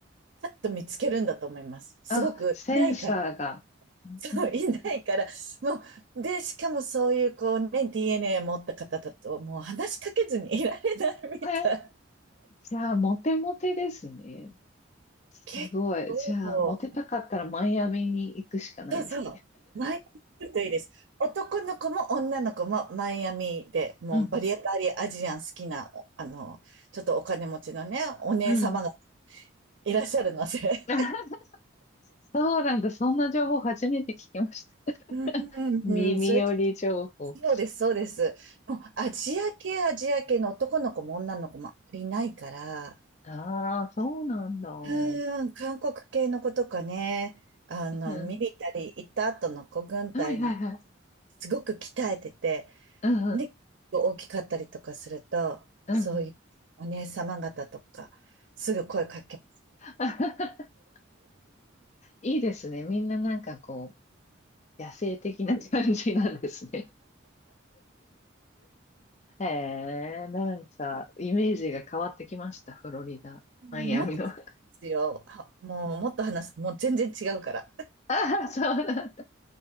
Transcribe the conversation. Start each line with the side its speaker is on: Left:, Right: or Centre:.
Right: パッと見つけるんだと思います。すごくいないから。
Left: あ、センサーが。
Right: <laughs> そう、
Left: うん、
Right: いないから、もう、で、しかもそういうこうね、DNA 持った方だと、もう話しかけずにいられないみたい。
Left: え、じゃあ、モテモテですね。すごい。
Right: 結構、
Left: じゃあ、モテたかったらマイアミに行くしかないです。
Right: そうそう。マイアミ来るといいです。男の子も女の子もマイアミで、もうバリバリアジアン好きな、
Left: うん、
Right: おあの、ちょっとお金持ちのね、お姉様が
Left: うん。
Right: いらっしゃるので。
Left: <laughs> そうなんだ。そんな情報初めて聞きました。
Right: <laughs> うん、
Left: 耳寄り情報。
Right: うんそれ、そうです、そうです。もうアジア系、アジア系の男の子も女の子もあまりいないから、
Left: ああ、そうなんだ。う
Right: うん、韓国系の子とかね、あの、
Left: ん、
Right: ミリタリー行った後の子軍隊の、
Left: はいはいはい。
Right: すごく鍛えてて、
Left: うんうん。
Right: で、大きかったりとかすると、
Left: うんうん。
Right: そういうお姉様方とか、すぐ声かけ、
Left: <laughs> いいですね。みんななんかこう、野生的な感じなんですね。へえ、なんか、イメージが変わってきました、フロリダ。
Right: うんもっとですよ。
Left: マイアミの。<laughs>
Right: はもう、もっと話す。もう全然違うから。
Left: ああ、そうなん。